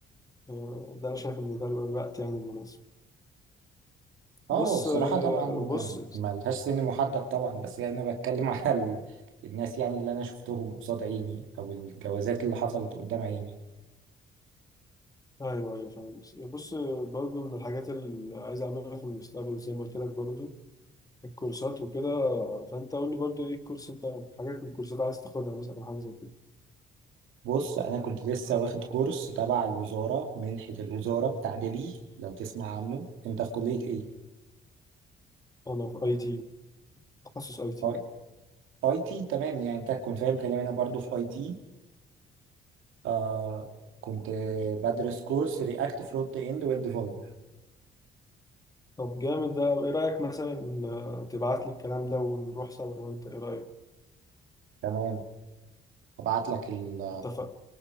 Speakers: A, on the left (about 20°); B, on the right (about 85°).
A: آه، ده انا شايف ان ده الوقت يعني المناسب
B: اه
A: بص
B: هو بصراحة
A: آه،
B: طبعا
A: بص
B: ملهاش سن محدد طبعا بس يعني أنا بتكلم <laughs> على ال... الناس يعني اللي أنا شفتهم قصاد عيني أو الجوازات اللي حصلت قدام عيني
A: ايوه ايوه فاهم بص برضه من الحاجات اللي عايز اعملها في المستقبل زي ما قلت لك برضه الكورسات وكده فانت قول لي برضه ايه الكورس انت حاجات من الكورسات عايز تاخدها مثلا أو حاجه زي كده
B: بص أنا كنت لسه واخد كورس تبع الوزارة منحة الوزارة بتاع دبي لو تسمع عنه أنت في كلية إيه؟
A: انا في اي تي تخصص اي تي
B: أي أي تي تمام يعني أنت كنت فاهم كلامي أنا برضو في أي تي آه كنت بدرس كورس رياكت فرونت إند ويب ديفلوبمنت
A: طب جامد ده ايه رايك مثلا إن تبعت لي الكلام ده ونروح سوا لو انت ايه رايك
B: تمام هبعت لك ال...
A: اتفق